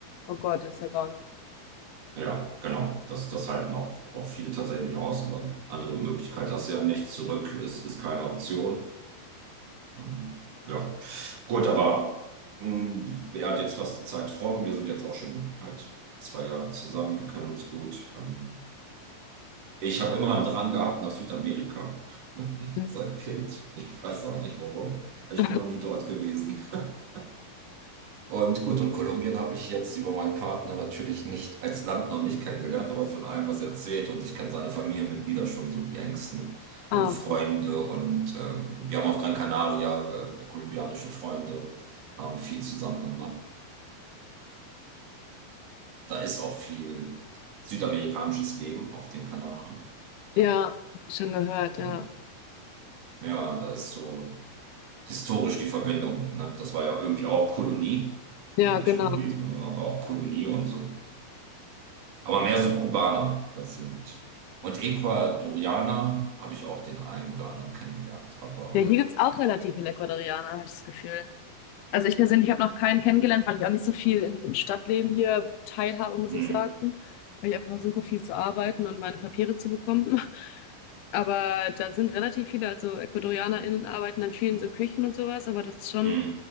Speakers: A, on the left; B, on the right.
A: oh Gott, das ist ja gar nicht.
B: Ja, genau. Das, das halten auch, auch viele tatsächlich nicht aus, aber andere Möglichkeit hast du ja nicht. Zurück ist, ist keine Option. Ähm, ja, gut, aber mh, er hat jetzt fast die Zeit rum. Wir sind jetzt auch schon halt zwei Jahre zusammen. Wir kennen uns gut. Ähm, Ich habe immer einen Drang gehabt nach Südamerika. <laughs> Ich,
A: Ja.
B: Seit Kind. Ich weiß auch nicht warum. Ich
A: <laughs>
B: bin noch nie dort gewesen. <laughs> Und gut, und Kolumbien habe ich jetzt über meinen Partner natürlich nicht als Land noch nicht kennengelernt, aber von allem, was er erzählt. Und ich kenne seine Familienmitglieder schon so die engsten
A: Ah,
B: und Freunde.
A: okay.
B: Und ähm, wir haben auf Gran Canaria äh, kolumbianische Freunde, haben viel zusammen gemacht. Da ist auch viel südamerikanisches Leben auf den Kanaren.
A: Ja,
B: Ja,
A: schon gehört, ja.
B: und ja, da ist so. historisch die Verbindung. Ne? Das war ja irgendwie auch Kolonie.
A: Ja,
B: Also nicht
A: genau.
B: irgendwie, sondern war auch Kolonie und so. Aber mehr so Kubaner. Das sind. Und Ecuadorianer habe ich auch den einen oder anderen kennengelernt. Aber
A: Ja, hier gibt's auch relativ viele Ecuadorianer, habe ich das Gefühl. Also ich persönlich habe noch keinen kennengelernt, weil ich auch nicht so viel im Stadtleben hier teilhabe, muss
B: mh,
A: ich sagen. Weil ich einfach versuche, viel zu arbeiten und meine Papiere zu bekommen. <laughs> Aber da sind relativ viele, also EcuadorianerInnen arbeiten dann vielen so Küchen und sowas, aber das ist schon,
B: mh,